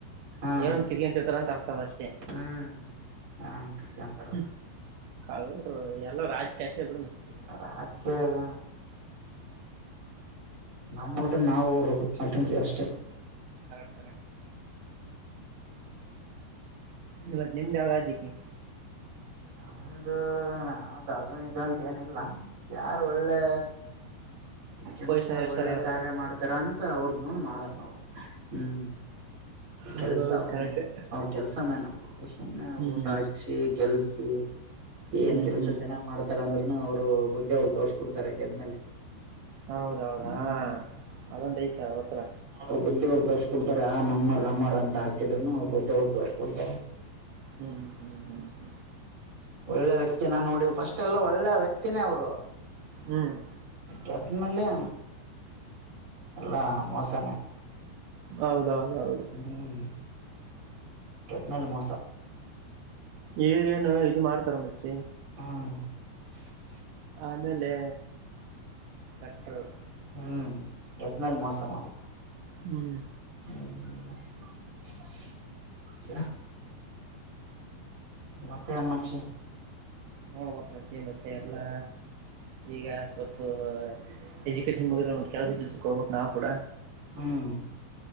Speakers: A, on the right; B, on the right.
A: ಹಾ
B: ಏನೊಂದ ಕಿಕೆಂತಿರ್ತಾರೆ ಅಂತ ಅರ್ಥ ಅದ್ ಅಷ್ಟೇ
A: ಹ್ಮ್ ಹಾ ಕಿತ್ಕಂತಾರ
B: ಹ್ಮ್ ಕಳ್ರು ಎಲ್ಲ ರಾಜಕೀಯ ಅಷ್ಟೇ ಬಿಡ ಮಚ್ಚಿ.
A: ರಾಜಕೀಯ ನಮ್ಮ ಊಟದ್ ನಾವು ರೊಟ್ಟಿ ಮಾಡ್ಕೊಂಡ್ತೀವಿ ಅಷ್ಟೆ.
B: ಕರೆಕ್ಟ್ ಕರೆಕ್ಟ್ ಇವ್ತ್ ನಿಮ್ದ್ಯಾವ್ ರಾಜಿಕಿ?
A: ನಮ್ದು ನಾವ್ದ ಅದು ಇದು ಅಂತ ಏನಿಲ್ಲ ಯಾರು ಒಳ್ಳೆ ಕೆಲ್ಸ
B: ಪೊಸಿಷನ್ ಇರ್ತಾರ
A: ಒಳ್ಳೆ ಕಾರ್ಯ ಮಾಡ್ತಾರ ಅಂತ ಅವ್ರದ ನೋಡ್ ಮಾಡ. ಹ್ಮ್
B: ಹೌದೌದು
A: ಕೆಲ್ಸ ಅವ್ರ
B: ಕರೆಕ್ಟ್
A: ಮೇನು ಅವ್ರ ಕೆಲ್ಸ ಮೇನು. ಹ ಒಬ್ನೇ
B: ಹ್ಮ್
A: ವೋಟ್ ಹಾಕ್ಸಿ ಗೆಲ್ಸ್ ಹ್ಮ್ ಏನ್
B: ಹ್ಮ್
A: ಕೆಲ್ಸ
B: ಹ್ಮ್
A: ಚೆನ್ನಾಗ್ ಮಾಡ್ತಾರ ಅಂದ್ರರುನು ಅವರು ಬುದ್ಧಿ ಅವರ್. ತೋರ್ಸಿ ಕೊಡ್ತಾರೆ ಗೆದ್ಮೇಲೆ.
B: ಹೌದೌದಾ
A: ಹ್ಮ್
B: ಅದೊಂದ ಐತೆ ಅವ್ರ ಹತ್ರ
A: ಅವ್ರ್ ಬುದ್ದಿ ಅವ್ರ್ ತೋರ್ಸ್ಕೊಡ್ತಾರೆ ಆ ನಮ್ಮರ್ ನಮ್ಮರ್ ಅಂತ ಹಾಕ್. ಇದ್ರೂನು ಅವರ್ ಅವ್ರ ಬುದ್ದಿ ಅವ್ರು ತೋರ್ಸಿ ಕೊಡ್ತಾರೆ.
B: ಹ್ಮ್ ಹ್ಮ್ ಹ್ಮ್ ಹ್ಮ್ ಹ್ಮ
A: ಒಳ್ಳೆ ವ್ಯಕ್ತಿನ ನೋಡಿ ಫಸ್ಟ್ ಎಲ್ಲ ಒಳ್ಳೆ ವ್ಯಕ್ತಿನೇ ಅವರು.
B: ಹ್ಮ್
A: ಗೆದ್ ಮಲ್ಲೆ. ಎಲ್ಲಾ ಮೋಸನೆ.
B: ಹೌದೌದೌದು
A: ಹ್ಮ್ ಗೆದ್ದ ಮೆಲೆ ಮೋಸ.
B: ಈಗೇನು ಇದು ಮಾಡ್ತಾರ ಮಚ್ಚಿ.
A: ಹ್ಮ
B: ಆಮೇಲೆ ಕಟ್ರು
A: ಹ್ಮ್ ಮೇಲ್ ಮೋಸ ಮಾಡ.
B: ಹ್ಮ್
A: <unintelligible> ಮತ್ತೆ ಅಮ್ಮಚಿ
B: ನೋಡ್ಬಕ್ ಮಚ್ಚಿ ಮತ್ತೆ ಎಲ್ಲಾ ಈಗ ಪ್ ಎಜುಕೇಶನ್ ಮುಗದ. ಕೆಲಸ ಗಿಲ್ಸಕ್ ಹೋಗ್ಬೇಕ್ ನಾವು ಕೂಡ.
A: ಹ್ಮ್